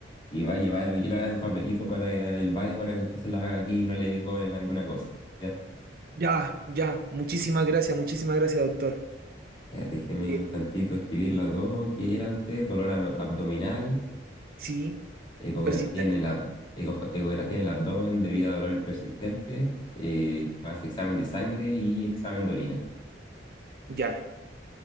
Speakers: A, on the left; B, on the right.
A: y va a llevar, yo le voy a dar un papelito para el barrio para que usted se la haga aquí y no le cobren alguna cosa. Ya,
B: Ya, ya. Muchísimas gracias, muchísimas gracias, doctor.
A: ya, déjeme
B: Eh,
A: un tantito escribir las dos. ¿Qué era usted? Dolor ano- abdominal,
B: sí,
A: ecografía
B: persistente.
A: en el, ab- eco- ecografía en el abdomen debido a dolor persistente, eh, más examen de sangre y examen de orina.
B: Ya.